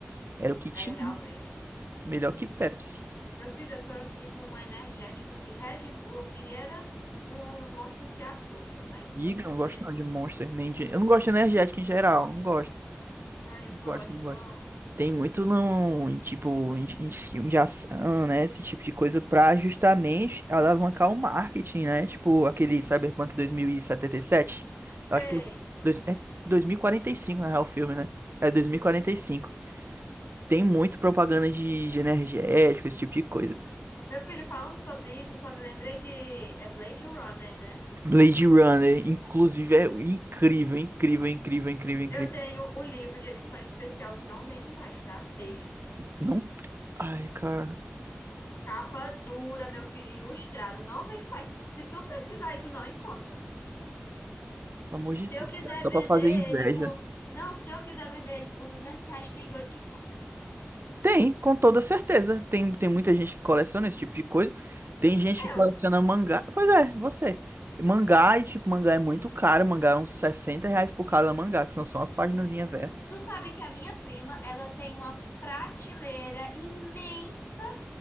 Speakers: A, on the right; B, on the left.
A: Era o que tinha.
B: é realmente.
A: né? Melhor que Pepsi.
B: Meu filho, eu tô aqui com um energéticozinho Red Bull. Eu queria era um Monster sem açúcar, mas
A: Diga,
B: só que não
A: eu não gosto
B: teve.
A: não de Monster, nem de... Eu não gosto de energética em geral, não gosto.
B: Ai,
A: Não
B: eu gosto,
A: gosto, não gosto.
B: eu amo.
A: Tem muito não, em, tipo, em, em filme de ação, né? Esse tipo de coisa pra justamente alavancar o marketing, né? Tipo, aquele Cyberpunk 2077.
B: Sei.
A: Eu acho que... eu- Dois, é 2045, na real, o filme, né? É 2045. Tem muito propaganda de, de energético, esse tipo de coisa.
B: Meu filho, falando sobre isso, eu só me lembrei de. É Blade Runner, né?
A: Blade Runner, inclusive, é incrível, incrível, incrível, incrível, incrível.
B: Eu tenho o livro de edição especial que não vende mais, tá? Beijos.
A: Não. Ai, cara,
B: Capa dura, meu filho, ilustrado, não vende mais. Se tu pesquisar aí, tu não encontra.
A: pelo amor de
B: Se
A: Deus.
B: eu quiser
A: É Só
B: vender
A: pra fazer inveja.
B: ele por. Não, se eu quiser vender ele por duzentos reais, tem doido que compra.
A: Tem, com toda certeza. Tem, tem muita gente que coleciona esse tipo de coisa. Tem gente
B: Eu.
A: que coleciona mangá. Pois é, você. Mangá, e tipo, mangá é muito caro. Mangá é uns 60 reais por cada mangá, que são só umas paginazinhas velhas.
B: Tu sabe que a minha prima, ela tem uma prateleira imensa